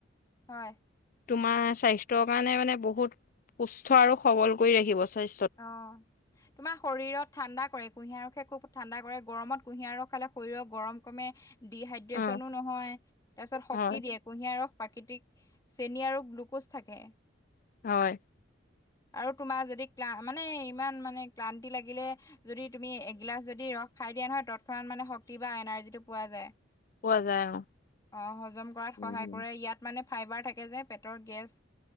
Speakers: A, on the left; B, on the left.
A: হয়।
B: তোমাৰ স্বাস্থ্যৰ কাৰণে মানে বহুত সুস্থ আৰু সবল কৰি ৰাখিব। স্বা
A: অঁ। তোমাৰ শৰীৰত ঠাণ্ডা কৰে কুঁহিয়াৰ ৰসে খুব ঠাণ্ডা কৰে গৰমত কুঁহিয়াৰ ৰস খালে শৰীৰক গৰম কমে ডিহাইড্ৰেচনো
B: উম
A: নহয়, তাৰপিছত শক্তি
B: হয়
A: দিয়ে কুঁহিয়াৰ ৰস প্ৰাকৃতিক চেনি আৰু গ্লুক'জ থাকে।
B: হয়।
A: আৰু তোমাৰ যদি ক্লা মানে ইমান মানে ক্লান্তি লাগিলে যদি তুমি এগিলাচ যদি ৰস খাই দিয়া নহয় তৎক্ষণাৎ মানে শক্তি বা এনাৰ্জিটো পোৱা যায়।
B: পোৱা যায় অ।
A: অঁ হজম কৰাত
B: উম
A: সহায় কৰে। ইয়াত- মানে ফাইবাৰ থাকে যে পেটৰ গেছ